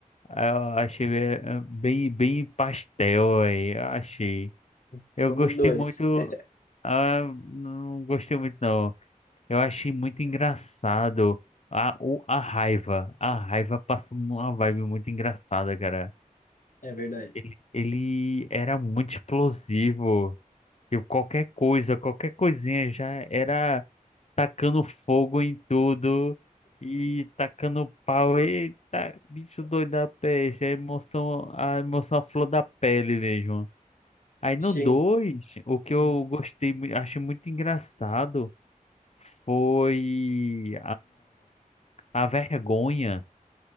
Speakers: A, on the left; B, on the left.
A: Eu achei eh, bem, bem pastel aí, eu achei.
B: Somos
A: Eu gostei
B: dois.
A: muito.
B: <laughs>
A: Ah, não gostei muito, não. Eu achei muito engraçado a, o, a raiva. A raiva passou uma vibe muito engraçada, cara.
B: É verdade.
A: Ele, ele era muito explosivo. Tipo, qualquer coisa, qualquer coisinha já era tacando fogo em tudo e tacando pau. Eita, bicho doido da peste. A emoção, a emoção à flor da pele mesmo. Aí no
B: Sim.
A: 2 o que
B: Uhum.
A: eu gostei, mui- achei muito engraçado foi a vergonha.